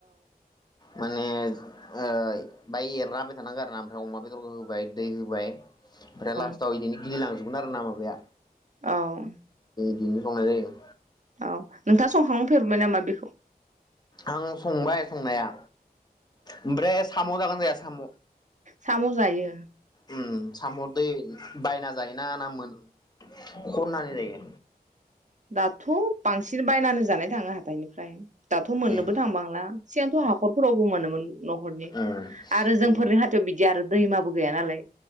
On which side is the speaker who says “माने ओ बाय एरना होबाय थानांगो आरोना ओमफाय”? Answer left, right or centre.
Left